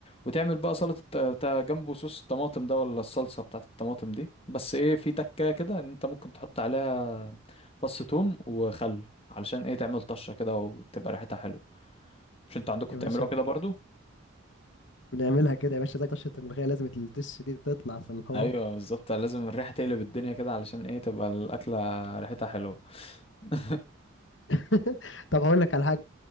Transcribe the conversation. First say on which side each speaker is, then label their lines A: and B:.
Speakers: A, on the left; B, on the left.
A: وتعمل بقى سلطة الت- بتاع جنبه صوص الطماطم ده ولا الصلصة بتاعة الطماطم دي بس ايه في تكاية كده ان انت ممكن تحط عليها فص ثوم وخل علشان ايه تعمل طشة كده وتبقى ريحتها حلوة مش انتوا عندكم
B: يا
A: بتعملوها
B: باشا
A: كده برضو
B: بنعملها كده يا باشا زي طشة الملوخية لازم التش دي تطلع في الهار
A: ايوه بالظبط لازم الريحة تقلب الدنيا كده علشان ايه تبقى الأكلة ريحتها حلوة <laughs>
B: <laughs> طب هقول لك على حاجة